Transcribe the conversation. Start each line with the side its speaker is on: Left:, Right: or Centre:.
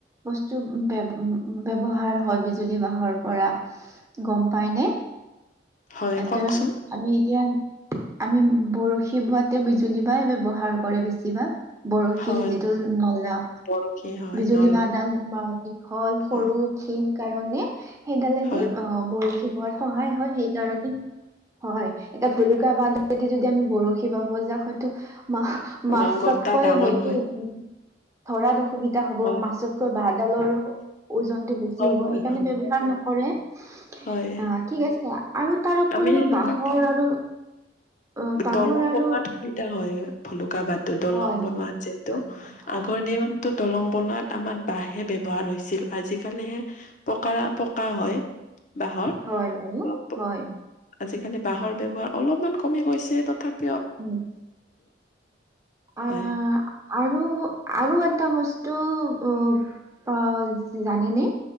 Right: বস্তু ব্যৱহাৰ হয় বিজুলী বাঁহৰ পৰা গম পাইনে
Left: হয় কওকচোন
Right: ধৰ আমি এতিয়া আমি বৰশী বোৱাতে বিজুলী বাই ব্যৱহাৰ কৰে বেছিভাগ বৰশীৰ
Left: হয়
Right: যিটো নলা
Left: বৰশী হয়
Right: বিজুলী
Left: নল
Right: বাহ এডাল দীঘল সৰু
Left: অ
Right: ক্ষণ কাৰণে সেইডালেদি
Left: হয়
Right: বৰশী বোৱাত সহায় হয় সেইকাৰণে হয় এটা ভুলুকা বান্ধদি যদি আমি বৰশী বাব যাও হয়তো মা
Left: অ
Right: মাছতকৈ
Left: গটা ডাঙৰ
Right: হয়তো
Left: হয়
Right: উ ধৰাত অসুবিধা হ'ব
Left: হয়
Right: মাছতকৈ বাগ ডালৰ ওজনতটো বেছি
Left: হয়
Right: হ'ব সেইকাৰণে
Left: হয়
Right: ব্যৱহাৰ নকৰে অ
Left: হয়
Right: ঠিক আছে আৰু তাৰ উপৰিও
Left: আমি সেনেকুৱাকে
Right: বাঁহৰ আৰু অ বাঁহৰ
Left: দলং
Right: আৰু
Left: বনোৱাত সুবিধা হয়। ভুলুকা বাঁহটো দলং
Right: হয়
Left: বনোৱা
Right: হয়
Left: যিহেতু
Right: হয় হয় হয়
Left: আগৰ দিন দলং বনোৱাত আমাৰ বাঁহহে ব্যৱহাৰ হৈছিল আজিকালিহে পকাৰ পকা হয় বাঁহৰ
Right: হয় বাৰু
Left: অলপ
Right: হয়
Left: আজিকালি বাঁহৰ ব্যৱহাৰ অলপমান কমি গৈছে তথাপ
Right: উম আহ
Left: হয়
Right: আৰু আৰু এটা বস্তু অ অ জানেনে